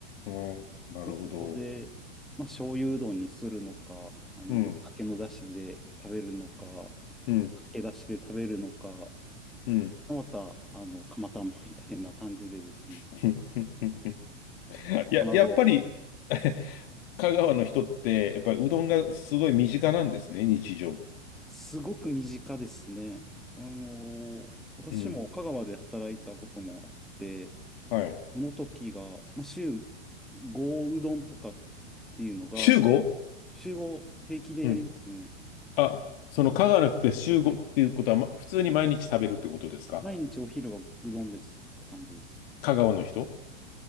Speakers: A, on the left (about 55°); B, in the centre.
A: うん、なるほど。
B: で、そこで、まあ、醤油うどんにするのか、あのぶっかけのだしで食べるのか、
A: うん、うん、
B: でかけだしで食べるのか、
A: うん。
B: また、あの、釜玉みたいな感じでですね、
A: <laughs> や、
B: 卵を、
A: やっぱり <laughs> 香川の人って、やっぱりうどんがすごい身近なんですね、日常。
B: すごく身近ですね。あのー私も香川で働いたこともあって、
A: うん。はい。
B: その時が、まあ、週5うどんとかっていうのが、
A: 週ご
B: 週5平気でやりますね。
A: うん。あ、その香川の人って週ごっていうことは、ま、普通に毎日食べるってことですか
B: 毎日お昼はうどんですって感じです。
A: 香川の人